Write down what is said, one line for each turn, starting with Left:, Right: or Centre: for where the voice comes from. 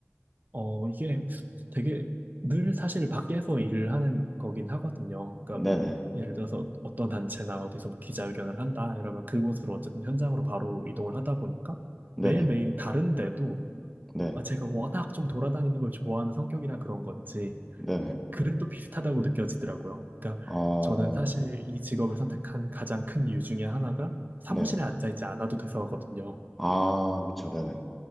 Right: 어, 이게 되게 늘 사실 밖에서 일을 하는 거긴 하거든요. 그러니까
Centre: 네네.
Right: 뭐 예를 들어서 어떤 단체나 어디서 뭐 기자회견을 한다 이러면 그곳으로 어쨌든 현장으로 바로 이동을 하다 보니까
Centre: 네네.
Right: 매일매일이 다른데도
Centre: 네.
Right: 아, 제가 워낙 좀 돌아다니는 걸 좋아하는 성격이라 그런 건지
Centre: 네네.
Right: 그래도 비슷하다고 느껴지더라고요. 그러니까
Centre: 어,
Right: 저는 사실 이 직업을 선택한 가장 큰 이유 중에 하나가 사무실에
Centre: 네.
Right: 앉아있지 않아도 돼서거든요.
Centre: 아, 그쵸. 네네.